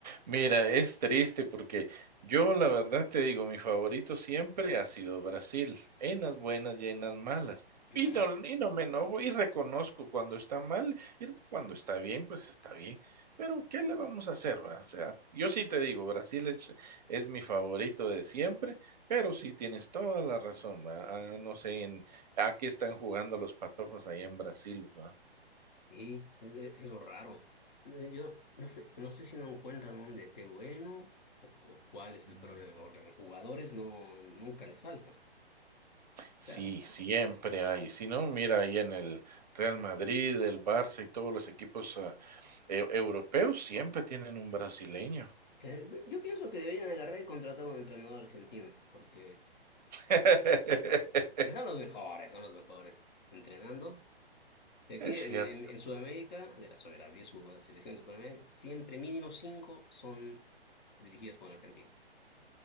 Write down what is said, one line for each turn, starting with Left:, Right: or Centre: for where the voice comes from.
Right: Mira, es triste porque yo la verdad te digo, mi favorito siempre ha sido Brasil, en las buenas y en las malas.
Left: Mm,
Right: Y no, y no me enojo y reconozco cuando está mal y cuando está bien, pues está bien. Pero ¿qué le vamos a hacer, va? O sea, yo sí te digo, Brasil es, es mi favorito de siempre, pero sí tienes toda la razón, va. Ah, no sé en, a qué están jugando los patojos ahí en Brasil, va.
Left: Y es, es lo raro. Eh, Yo no sé, no sé si no encuentran un DT bueno o, o cuál es
Right: Mm.
Left: el problema,
Right: mm,
Left: porque los jugadores no, nunca les faltan.
Right: Sí,
Left: Ca-
Right: siempre hay. Si no, mira ahí en el Real Madrid, el Barça y todos los equipos ah, eu- europeos siempre tienen un brasileño.
Left: que- yo pienso que deberían agarrar y contratar a un entrenador argentino, porque,
Right: <laughs>
Left: eh, porque son los mejores, son los mejores entrenando. De aquí,
Right: Es
Left: de-
Right: cierto.
Left: de- en, en Sudamérica, de las, de las 10 jugado- selecciones de Sudamérica, siempre mínimo 5 son dirigidas por argentinos.